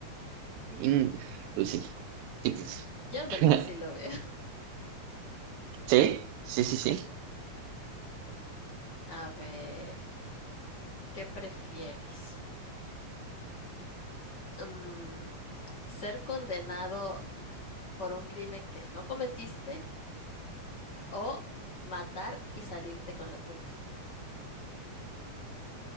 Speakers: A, on the right; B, on the left.
A: in- pues sí, sí, pues.
B: Ya al menos
A: <laughs>
B: así lo veo.
A: Sí,
B: <laughs>
A: sí, sí, sí.
B: A ver, ¿qué prefieres? Mm, ¿ser condenado por un crimen que no cometiste o matar y salirte con la tuya?